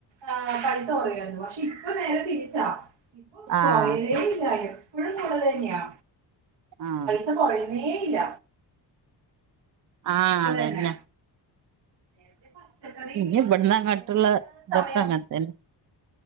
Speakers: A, on the right; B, on the right.
A: ആഹ് പൈസ കൊറ്യുയായിരുന്നു പക്ഷെ ഇപ്പൊ നേരെ തിരിച്ചാ. ഇപ്പൊ കൊറയ്ന്നേയില്ല
B: ആഹ്
A: എപ്പഴും കൂടുതലന്ന്യാ.
B: ആഹ്
A: പൈസ കൊറയ് ന്നേയില്ല.
B: ആഹ് അതന്നെ.
A: തന്നെ നേരത്തെ പച്ചക്കറി
B: ഇഞ്
A: മീൻ
B: ഇവട്ന്ന് അങ്ങട്ടുള്ള
A: നൊയമ്പിന്റെ
B: ഇതൊക്കെ
A: സമയം
B: അങ്ങൻതന്നെ.